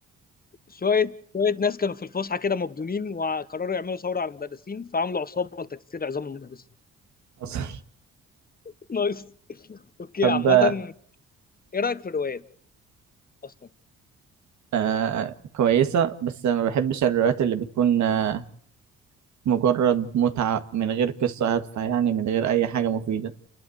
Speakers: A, on the left (about 30°); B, on the right (about 70°).
A: شويه شويه ناس كانوا في الفسحه كده مبدونين وقرروا يعملوا ثوره على المدرسين فعملوا عصابه لتكسير عظام المدرسين
B: حصل
A: <laughs> نايس اوكي
B: حبة
A: عامه ايه رايك في الروايات اصلا
B: آه كويسة بس ما بحبش الروايات اللي بتكون آه مجرد متعة من غير قصة هادفة يعني من غير أي حاجة مفيدة